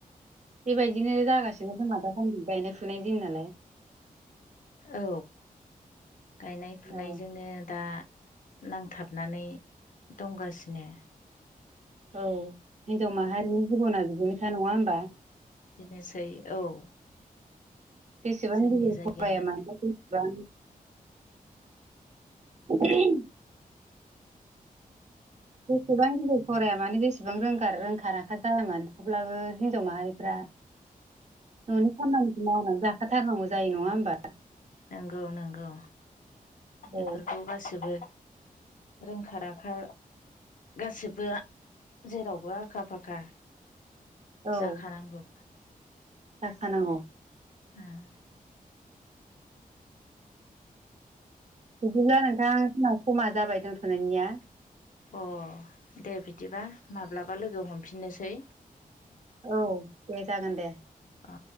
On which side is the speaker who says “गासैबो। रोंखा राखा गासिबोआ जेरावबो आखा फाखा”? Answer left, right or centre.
Left